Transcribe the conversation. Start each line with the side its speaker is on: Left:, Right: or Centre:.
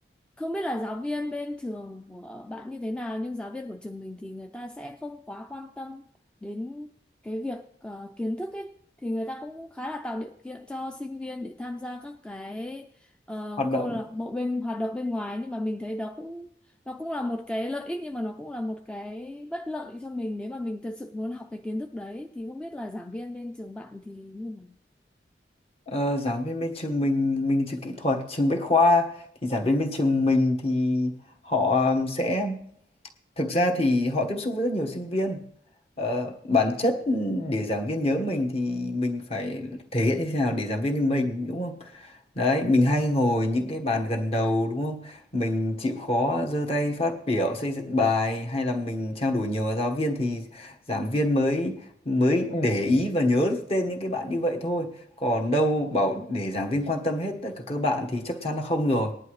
Centre: không biết là giáo viên bên trường của bạn như thế nào nhưng giáo viên của trường mình thì người ta sẽ không quá quan tâm đến cái việc ờ, kiến thức ấy thì người ta cũng khá là tạo điều kiện cho sinh viên để tham gia các cái ờ,
Left: hoạt
Centre: câu
Left: động
Centre: lạc bộ bên hoạt động bên ngoài nhưng mà mình thấy đó cũng nó cũng là một cái lợi ích nhưng mà nó cũng là một cái bất lợi cho mình nếu mà mình thật sự muốn học cái kiến thức đấy thì không biết là giảng viên bên trường bạn thì như nào
Left: Ờ, giảng viên bên trường mình mình là trường kỹ thuật trường Bách Khoa thì giảng viên bên trường mình thì họ um, sẽ thực ra thì họ tiếp xúc với rất nhiều sinh viên Ờ, bản chất để giảng viên nhớ mình thì mình phải thể hiện như thế nào để giảng viên như mình đúng không Đấy, mình hay ngồi những cái bàn gần đầu đúng không? Mình chịu khó giơ tay phát biểu xây dựng bài hay là mình trao đổi nhiều với giáo viên thì giảng viên mới mới để ý và nhớ tên những cái bạn như vậy thôi. Còn đâu bảo để giảng viên quan tâm hết tất cả các bạn thì chắc chắn là không rồi.